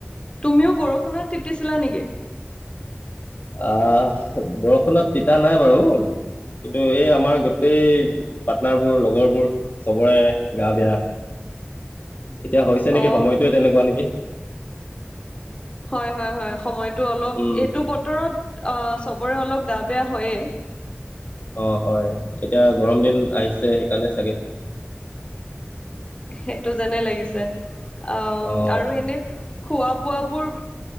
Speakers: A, on the left (about 25°); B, on the left (about 50°).
A: তুমিও বৰষুণত তিতিছিলা নেকি?
B: আহ, বৰষুণত তিতা নাই বাৰু। কিন্তু এই, আমাৰ গোটেই পাৰ্টনাৰবোৰ, লগৰবোৰ চবৰে গা বেয়া। এতিয়া হৈছে নেকি?
A: অ
B: সময়টোৱে তেনেকুৱা নেকি?
A: হেঁ, হ'য় হ'য় সময়টো অলপ,
B: উম,
A: এইটো বতৰত অঁ চবৰে অলপ গা বেয়া হ'য়ে।
B: অঁ হ'য়, এতিয়া গৰম দিন আহিছে সেইকাৰণে চাগে
A: সেইটো যেনে লাগিছে। আও
B: অঁ
A: আৰু এনে খোৱা- বোৱা বোৰ